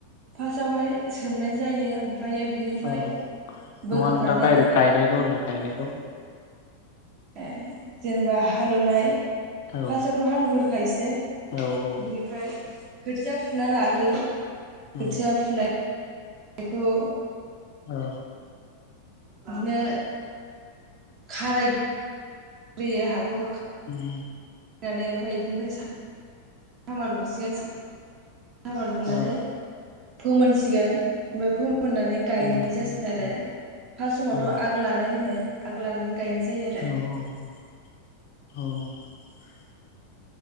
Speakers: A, on the right; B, on the left.
A: फासावहाय सोमनाय जायो ओमफ्रायो बिनिफ्राय
B: औ
A: बोखांनानै
B: नङा नोंथां दायरेक गायनाय गायनायखौ
A: ए जेनेबा हालौनाय
B: औ
A: फासावथ' हालौवगोरखायोसो
B: औ औ
A: बिनिफ्राय खोथिया फुना लाग्रोयो खोथिया
B: उम
A: फुनाय बेखौ
B: औ
A: बिदिनो खाराय ग्रोयो हाखौ
B: उम
A: यनानै ओमफ्राय बिदिनिफ्राय सामार बुसिगोन सामार बुनानै
B: औ
A: फोमोन मोनसिगोन ओमफाय फो मोननानै गायनाय
B: उम
A: जासिगोन
B: उम
A: आरो फास समावथ'
B: औ
A: आग लानाय होनो आग लानानै गायनाय
B: औ
A: जायो आरो
B: औ औ औ